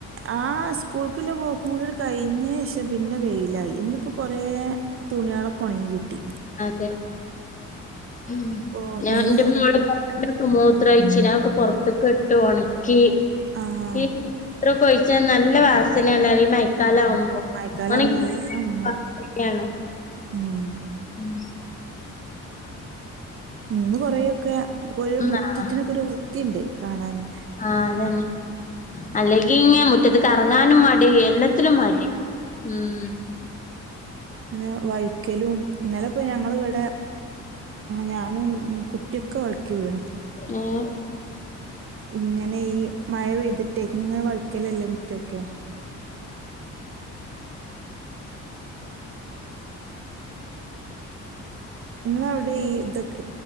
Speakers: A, on the right; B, on the left.
A: ആഹ് സ്കൂൾക്കുള്ള പോക്ക്‌ കുടി കഴിഞ്ഞ് പിന്നെ വെയി ല്ലയി ഇന്നിപ്പോ കൊറേ തുണികളൊക്കെ ഉണങ്ങി കിട്ടി
B: അതെ ഉം
A: അപ്പോ
B: ഞാൻന്റെ
A: ഇന്ന്
B: മോള് കോ മൂത്രഴിച്ചിനാക്ക് പൊറത്ത്ക്ക് ഇട്ട് ഒണക്കി
A: ആഹ്
B: ഈ മൂത്രൊകൊഴി ച്ച നല്ല വാസനല്ലേ ഈ മയക്കാലം
A: ഉം
B: ആവുമ്പോ
A: മഴക്കാലാവുമ്പോ
B: അണെ <unintelligible>
A: നല്ല മണാവും
B: അണേ
A: ഉം
B: ഉം
A: ഇന്ന് കൊറേ ഒക്കെ ഒരു
B: ഉം
A: മുറ്റത്തിനൊക്കെ
B: ആഹ്
A: ഒരു വൃത്തിയിണ്ട് കാണാന്
B: ആഹ് അതന്നെ അല്ലെങ്കി ഇങ്ങി മുറ്റത്തിക്ക് എറങ്ങാനും മടി എല്ല് ത്രനും മടി ഉം
A: പിന്നെ വൈക്കലും ഇന്നലെ പോയി ഞങ്ങള് വിടെ ഞാനും കുട്ടിയൊക്കെ വയ്ക്കിവീണ്
B: ഏഹ്
A: ഇങ്ങനെ ഈ മഴ പെയ്തിട്ട് ഇങ്ങനെ വഴിക്കലല്ലേ മുറ്റൊക്കെ ഇങ്ങള അവിടെ ഈ ഇതൊക്കെ